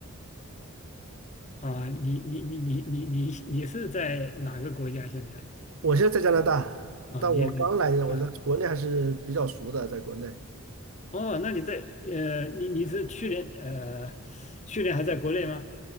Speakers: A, on the left; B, on the right.
A: 啊，你你你你你你你是在哪个国家现在？
B: 我现在在加拿大，
A: 啊，
B: 但我刚来，
A: 你也
B: 我在国内还是比较熟的，
A: 在？
B: 在国内，
A: 哦，那你在呃，你你是去年呃，去年还在国内吗？